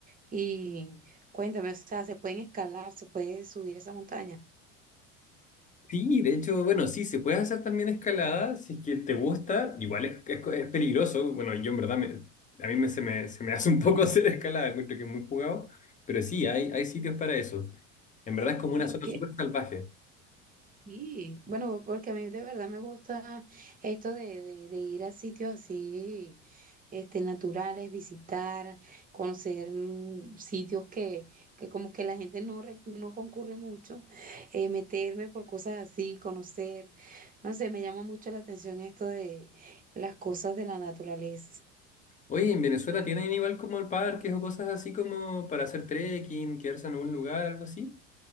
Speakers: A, on the right; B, on the left.
A: y cuéntame, o sea, se pueden escalar, se puede subir esa montaña.
B: Sí, de hecho, bueno, sí, se puede hacer también escalada si es que te gusta. Igual es, es, es peligroso. Bueno, yo en verdad, me- a mí me, se me, se me hace un poco <laughs> hacer escalada, encuentro que es muy jugado. Pero sí, hay, hay sitios para eso. En verdad es como
A: Bueno,
B: una
A: porque
B: zona súper salvaje.
A: Sí, bueno, porque a mí de verdad me gusta esto de, de, de ir a sitios así, este, naturales, visitar, conocer mm, sitios que, que como que la gente no, re- no concurre mucho, eh, meterme por cosas así, conocer, no sé, me llama mucho la atención esto de las cosas de la naturaleza.
B: Oye, ¿en Venezuela tienen igual como parques o cosas así como para hacer trekking, quedarse en algún lugar, algo así?